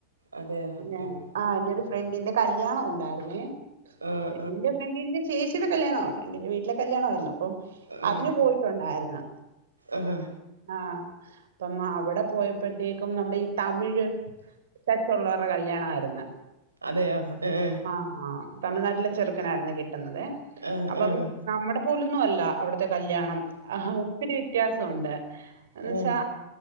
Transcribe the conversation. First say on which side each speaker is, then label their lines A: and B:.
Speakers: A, on the right (about 80°); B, on the right (about 60°).
A: അതെയോ
B: പിന്നെ
A: ഉം
B: ആഹ് എന്റൊരു ഫ്രണ്ടിന്റെ കല്യാണം ഉണ്ടായിരുന്നെ
A: ആഹ്
B: ഫ്രണ്ടിന്റെ ഫ്രണ്ടിന്റെ ചേച്ചിയുടെ കല്യാണവാ ഫ്രണ്ടിന്റെ വീട്ടിലെ കല്യാണവായിരുന്നു അപ്പം
A: ആഹ്
B: അതിനു പോയിട്ടുണ്ടായിരുന്ന്.
A: ആഹ് ആഹ്
B: ആഹ് അപ്പം അവടെ പോയപ്പഴ്ത്തേക്കും നമ്മടെ ഈ തമിഴ് ത്തുള്ളവരുടെ കല്യാണ ആയിരുന്ന്
A: അതെയോ ഏഹ്
B: ആഹ് ആഹ് തമിഴ്നാട്ടിലെ ചെറുക്കനായിരുന്നു കെട്ടി കിട്ടുന്നതെ
A: ആഹ്
B: അപ്പം
A: ആഹ്
B: നമ്മുടെ പോലൊന്നും അല്ല അവിടുത്തെ കല്യാണം ആഹ്‌ ഒത്തിരി വ്യത്യാസോണ്ട് എന്നച്ചാ
A: ഏഹ്